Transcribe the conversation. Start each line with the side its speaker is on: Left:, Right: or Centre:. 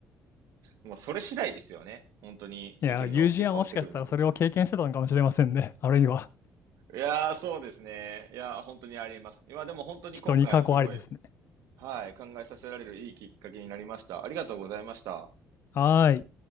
Right: もうそれ次第ですよね。本当に意見が大きく変わってくるなと思います。
Left: いや、友人はもしかしたらそれを経験してたのかもしれませんね。あるいは、
Right: いやー、そうですね。いやー、本当にありえます。いや、でも本当に今回すごい、
Left: 人に過去ありですね。
Right: はい、考えさせられるいいきっかけになりました。ありがとうございました。
Left: はーい。